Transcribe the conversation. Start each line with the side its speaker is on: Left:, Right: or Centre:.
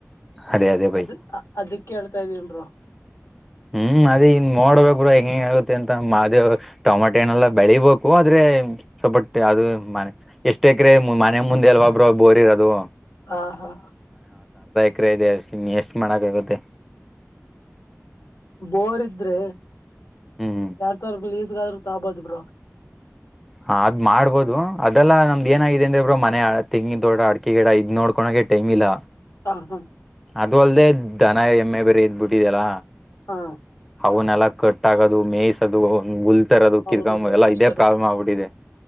Centre: ಅದೇ ಅದೇ ಬೈ
Left: ಅದ್ ಅದಕ್ ಕೇಳ್ತಾ ಇದ್ದೀನ್ ಬ್ರೊ.
Centre: ಹ್ಮ್ ಅದೇ ಇನ್ ನೋಡ್ಬೇಕ್ ಬ್ರೊ ಹೆಂಗ್ ಹೆಂಗ್ ಆಗುತ್ತೆ ಅಂತ ಮಾದೇ ಟೊಮಾಟೆಣ್ಣ ನೆಲ್ಲಾ ಬೆಳಿಬೇಕು ಆದ್ರೆ. ಏ ಸೊಬಟ್ಟೆ ಅದು ಮ ಎಷ್ಟ ಎಕ್ರೆ ಮನೆ ಮುಂದೆ ಅಲ್ವಾ ಬ್ರೊ ಬೋರ್ ಇರೋದು.
Left: ಹಾ, ಹಾ-
Centre: ಕ್ರ ಇದೆ ಅ <unintelligible> ಎಷ್ಟ್ ಮಾಡಕಗತ್ತೆ.
Left: ಬೋರ್ ಇದ್ರೆ,
Centre: ಹ್ಮ್ ಹ್ಮ್
Left: ಯಾರ್ದಾದರರಲೀಸ್ಗ ಆದ್ರುರು ತಬೋದು ಬ್ರೋ., -
Centre: ಹಾಗ ಮಾಡ್ಬೋದು ಅದೆಲ್ಲಾ ನಮ್ದ ಏನಾಗಿದೆ, ಇನ್ನೇನ್ ಬ್ರೊ ಮನೆ ತೆಂಗಿನ ತೋಟ ಅಡ್ಕೆ ಗಿಡ ಇದ್ ನೋಡ್ಕೊಳೋಕೆ ಟೈಮ್ ಇಲ್ಲ.
Left: ಹ ಹಾ
Centre: ಅದು ಅಲ್ಲದೆ ದನ ಎಮ್ಮೆ ಬೇರಿ ಇದ್ಬುಟ್ಟಿದ್ಯಲ್ಲ.
Left: ಹಾ
Centre: ಫೋನ್ ಎಲ್ಲಾ ಕಟ್ ಆಗದು ಮೇಯ್ಸದು ಉಲ್ ತರದು
Left: ಹೌದು
Centre: ಕಿರ್ಕ
Left: ಬ್ರೋ
Centre: ಎಲ್ಲ
Left: ಕಷ್ಟನೇ
Centre: ಇದೇ ಪ್ರಾಬ್ಲಮ್ ಆಗ್ಬಿಟ್ಟಿದೆ.